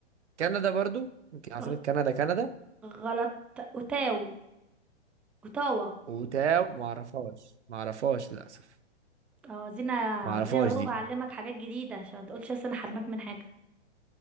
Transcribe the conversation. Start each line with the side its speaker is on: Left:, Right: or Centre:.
Right: كندا برضو يمكن عاصمة
Centre: غ-
Right: كندا كندا
Centre: غلط اوتاو اوتاوا
Right: وتاو معرفهاش معرفهاش للأسف
Centre: اه عايزين عايزين
Right: معرفهاش
Centre: اهو
Right: دي
Centre: بعلمك حاجات جديدة عشان ما تقولش بس انا حرمك من حاجة